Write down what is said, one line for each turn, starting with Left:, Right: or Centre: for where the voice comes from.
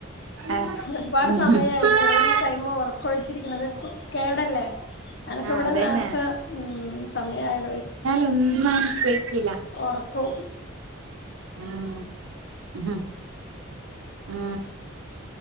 Right: ആഹ്
Left: ഒരുപാട്
Right: ഉം
Left: സമയായി കൂടുതൽ ടൈം ഉറക്കൊഴിച്ചിരിക്കണത് കേടല്ലേ ഞാൻ ഒക്കെ
Right: ആഹ്
Left: ഇവിടെ
Right: അതന്നെ
Left: നേരത്തെ ഉം സമയായി
Right: ഒന്നും ഞാൻ നിസ്കരിക്കില്ല
Left: ഒറക്കും
Right: ആഹ് ഉം ആ